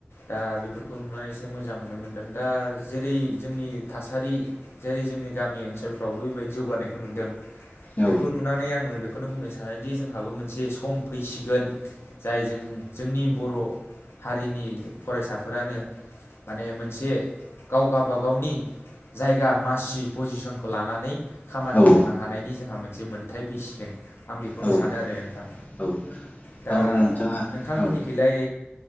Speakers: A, on the left (about 85°); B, on the left (about 40°).
A: दा बेफोरखौ नुबा एसे मोजांखौनो मोननोमोन दा जेरै जोंनि थासारि जेरै जोंनि गामि ओनसोलफ्राव बैबायदि जौगानायखौ नुदों
B: औ
A: बेखौ नुनानै आङो बे खौनो बुंनो सानोदि जोंहाबो मोनसे सम फैसिगोन जाय जों जोंनि बर' हारिनि फरायसाफोरानो माने मोनसे गाव गाबागावनि जायगा मासि पजिसनखौ ला नानै खामानि
B: औ
A: मावनो हानायनि जोंहा मोनसे मोनथाय फैसिगोन आं बेखौनो
B: औ
A: सानो आरो नोंथां
B: औ
A: दा
B: औ नोंथाङा
A: नोंथांमोननिखैलाय
B: औ